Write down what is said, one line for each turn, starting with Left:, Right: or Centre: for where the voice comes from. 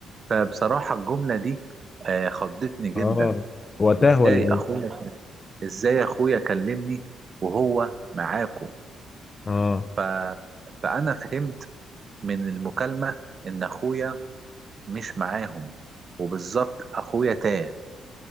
Right: فبصراحة الجملة دي آه، خضتني جدا
Left: اه وتاه
Right: ازاي
Left: ولا ايه
Right: اخويا ازاي اخويا كلمني وهو معاكو
Left: اه
Right: ف... فانا فهمت من المكالمة إن أخويا مش معاهم وبالظبط أخويا تاه